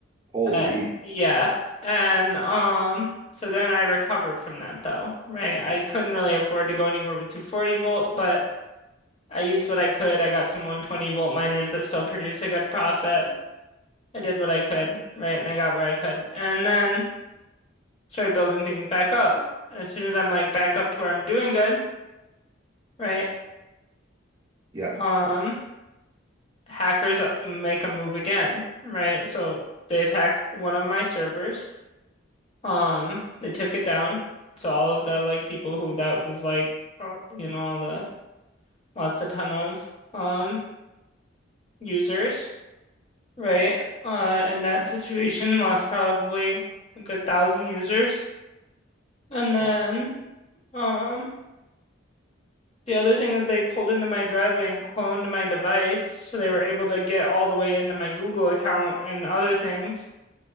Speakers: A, on the right; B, on the left.
A: holy,
B: Uh, yeah. And um so then I recovered from that though, right? I couldn't really afford to go anywhere with 240 volt, but I used what I could. I got some 120 volt miners that still produce a good profit. I did what I could, right? And I got where I could. And then started building things back up. As soon as I'm like back up to where I'm doing good, right?
A: yeah,
B: Um hackers uh, make a move again, right? So they attack one of my servers Um, they took it down. So all of the like people who that was like, uh, you know, all the lost a ton of um users, right? Uh, in that situation, lost probably a good thousand users. And then,
A: wow.
B: um, the other thing was they pulled into my driveway and cloned my device, so they were able to get all the way into my Google account and other things.